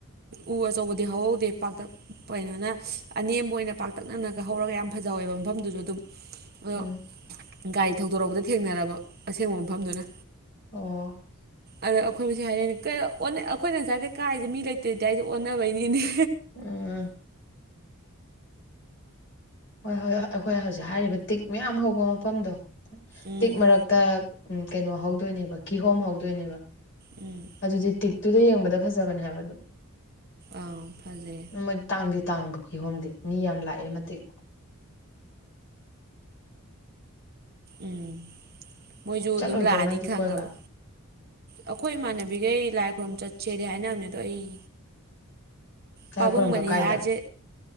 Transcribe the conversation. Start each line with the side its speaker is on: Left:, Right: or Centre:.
Right: ꯎ ꯑꯆꯧꯕꯗꯤ ꯍꯧꯍꯧꯗꯦ ꯄꯥꯛꯇꯛꯄꯩꯅꯣꯅ ꯑꯅꯦꯝꯕ ꯑꯣꯏꯅ ꯄꯥꯛꯇꯛ ꯄꯇꯛꯅꯅꯒ ꯍꯧꯔꯒ ꯌꯥꯝ ꯐꯖꯍꯧꯋꯦꯕ ꯃꯐꯝꯗꯨꯁꯨ ꯑꯗꯨꯝ ꯑꯣꯗꯣ
Left: ꯎꯝ
Right: ꯒꯥꯔꯤ ꯊꯧꯗꯣꯔꯛꯄꯗ ꯊꯦꯡꯅꯔꯕ ꯑꯁꯦꯡꯕ ꯃꯐꯝꯗꯨꯅ
Left: ꯑꯣ
Right: ꯑꯗꯣ ꯑꯩꯈꯣꯏ ꯃꯁꯦꯟ ꯍꯥꯏꯅꯩꯅꯤ ꯀꯩꯅꫭ ꯑꫭꯟꯅꯩ ꯑꯩꯈꯣꯏꯅ ꯉꯁꯥꯏꯈꯩꯏ ꯀꯥꯔꯤꯁꯦ ꯃꯤ ꯂꯩꯇꯦ ꯂꯩꯇꯦ ꯍꯥꯏꯔꯤꯁꯦ ꯑꯣꯟꯅꯕꯩꯅꯤꯅꯦ
Left: ꯎꯝ ꯍꯣꯏ ꯍꯣꯏ ꯍꯣꯏ ꯑꯩꯈꯣꯏ ꯍꯧꯖꯤꯛ ꯍꯥꯏꯔꯤꯕ ꯇꯤꯛ ꯃꯌꯥꯝ ꯍꯧꯕ ꯃꯐꯝꯗꯣ
Right: ꯎꯝ
Left: ꯇꯤꯛ ꯃꯔꯛ ꯇ ꯎꯝ ꯀꯩꯅꫭ ꯍꯧꯗꫭꯏꯅꯦꯕ ꯀꯤꯍꫭꯝ ꯍꯧꯗꯣꯏꯅꯦꯕ
Right: ꯎꯝ
Left: ꯑꯗꯨꯗꯤ ꯇꯤꯛꯇꯨꯗ ꯌꯦꯡꯕꯗ ꯐꯖꯕꯅꯦ ꯍꯥꯏꯕ ꯑꯗꯨꯝ
Right: ꯑꯥ ꯐꯖꯩ
Left: ꯃꯣꯏ ꯇꯥꯡꯗꯤ ꯇꯥꯡꯕꯒꯤ ꯀꯤꯍꯣꯝꯗꯤ ꯃꯤ ꯌꯥꯝ ꯂꯥꯛꯏ ꯃꯇꯤꯛ
Right: ꯎꯝ ꯃꯣꯏꯁꯨ
Left: ꯆꯠꯂꯣꯏꯗ꯭ꯔꯣ
Right: ꯑꯗꯨꯝ ꯂꯥꯛꯑꯅꯤ
Left: ꯅꯪꯗꯤ
Right: ꯈꯪꯉꯕ
Left: ꯀꯣꯏꯕ
Right: ꯑꯩꯈꯣꯏ ꯏꯃꯥꯟꯅꯕꯤꯈꯩ ꯂꯥꯏ ꯈꯨꯔꯨꯝ ꯆꯠꯁꯦꯗꯤ ꯍꯥꯏꯅꯕꯅꯦ ꯑꯗꯣ ꯑꯩ
Left: ꯂꯥꯏ
Right: ꯄꯥꯕꯨꯡ
Left: ꯈꯣꯏꯔꯝꯕ
Right: ꯃꯅꯤꯍꯔꯁꯦ
Left: ꯀꯥꯏꯗ